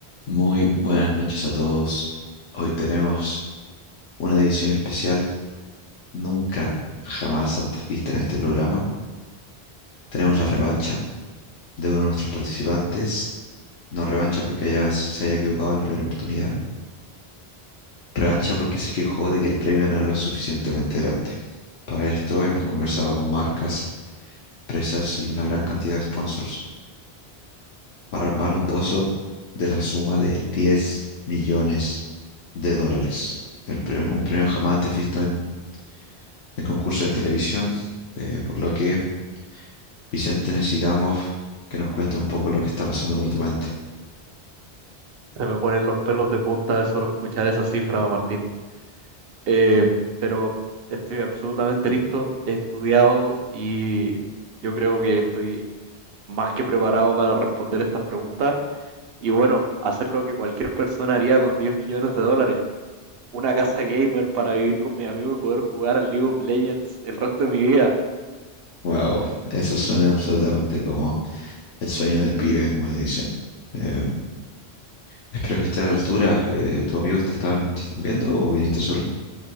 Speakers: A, on the left; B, on the right.
A: Muy buenas noches a todos. Hoy tenemos una edición especial nunca jamás antes vista en este programa. Tenemos la revancha de uno de nuestros participantes. No revancha porque haya- se haya equivocado en la primera oportunidad. Revancha porque se quejó de que el premio no era lo suficientemente grande. Para esto hemos conversado con marcas, empresas y una gran cantidad de sponsors para armar un pozo de la suma de diez millones de dólares. El premio- un premio jamás antes visto en de concursos de televisión, eh, por lo que, Vicente, necesitamos que nos cuente un poco lo que está pasando por tu mente.
B: Se me ponen los pelos de punta de solo escuchar esa cifra, Martín. Eh, pero estoy absolutamente listo, he estudiado y yo creo que estoy más que preparado para responder estas preguntas. Y bueno, hacer lo que cualquier persona haría con 10 millones de dólares. Una casa gamer para vivir con mi amigo y poder jugar al League of Legends el resto de mi vida.
A: Wow, eso suena absolutamente como el sueño del pibe, como le dicen. Eh, espero que esté a la altura. Eh, ¿tus amigos te están, te están viendo o viniste solo?